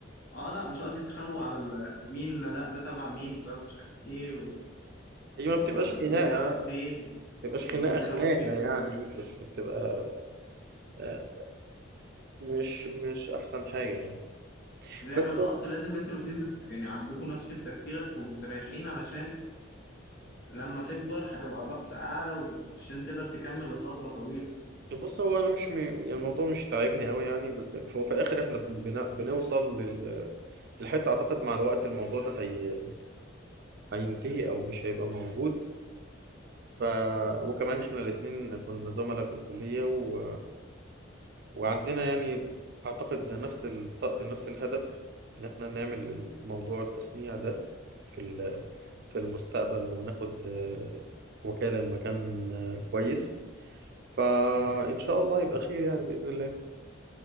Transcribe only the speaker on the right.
هي ما
بتبقاش خناقة
تبقاش
خناقة
خناقة
يعني
بس بتبقى آه، مش مش أحسن حاجة يعني
بس
بص هو أنا مش م... يعني الموضوع مش تعبني أوي يعني بس هو في الآخر إحنا بن... بنوصل لل... للحتة أعتقد مع الوقت الموضوع ده هي... هينتهي أو مش هيبقى موجود ف... وكمان إحنا الاتنين كنا زملاء في الكلية و... وعندنا يعني أعتقد نفس الط... نفس الهدف إن إحنا نعمل الموضوع التصنيع ده في ال- في المستقبل وناخد آه، وكالة لمكان آه، كويس فإن شاء الله يبقى خير يعني بإذن الله